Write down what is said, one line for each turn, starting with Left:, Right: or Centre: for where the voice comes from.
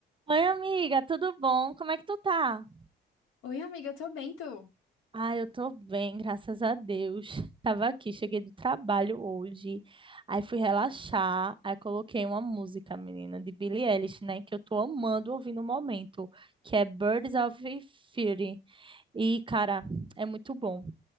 Right: Oi, amiga, tudo bom? Como é que tu tá?
Left: Oi, amiga, eu tô bem, tu?
Right: Ah, eu tô bem, graças a Deus. Tava aqui, cheguei do trabalho hoje, aí fui relaxar, aí coloquei uma música, menina, de Billie Eilish, né, que eu tô amando ouvir no momento, que é Birds of Feather. E, cara, é muito bom.